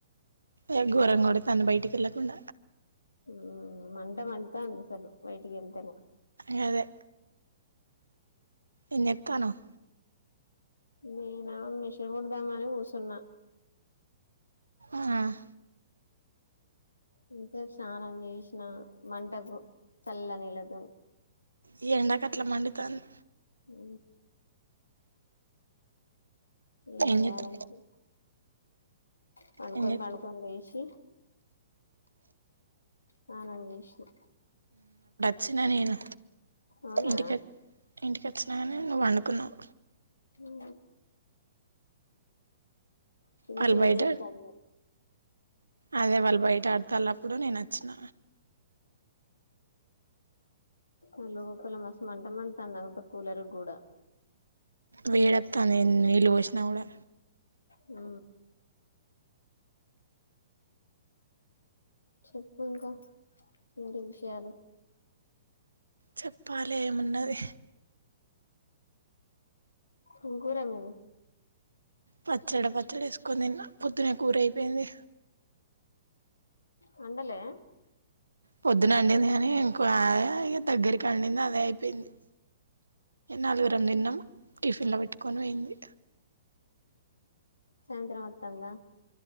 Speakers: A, on the right; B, on the left.
A: ఏ ఘోరంగొడుతాంది బయటికెల్లకుండ
B: మ్మ్ మంట మండుతాందసలు బయటికెళ్తేనే
A: గదే ఏంజెత్తానవ్
B: నేనా మిషన్ గుడదామని కూసున్న
A: ఆహ్
B: ఇంత్సేపు స్నానం జేష్నా మంటకు చల్ల నీళ్లతోని
A: ఈ ఎండకట్ల మండుతాంది
B: ఊ ఇయ్యాల
A: ఏం చేత్
B: మరి పండుకొనన్
A: ఏం చేత్
B: బండుకొన్లేషి తానం జేష్న
A: చ్చిన నేను
B: అవునా
A: ఇంటిక ఇంటికచ్చినా గని నువ్వు వండుకున్నవ్
B: హూ చూసి
A: వాళ్ళు
B: ఏం
A: బయట
B: చెత్తందో
A: అదే వాళ్ళు బయట ఆడతారు అప్పుడు నేను వచ్చిన
B: ఉ లోపల మస్తు మంట మండుతాంది అంత కూలర్ కూడా
A: వేడత్తాంది నీళ్లు పోసినా కూడా
B: ఉ చెప్పు ఇంకా ఏంటి విషయాలు
A: చెప్పాలే ఏమున్నది
B: ఇంగూర మీది
A: పచ్చడ పచ్చడ వేసుకొని తిన్న పొద్దున్న కూర అయిపోయింది
B: వండలే
A: పొద్దున అండింది కాని ఇంకో అదే ఇగ దగ్గరికి వండింది అదే అయిపోయింది నాలుగురం తిన్నాం టిఫిన్లో పెట్టుకొని పోయింది
B: సాయంత్రం వత్తాందా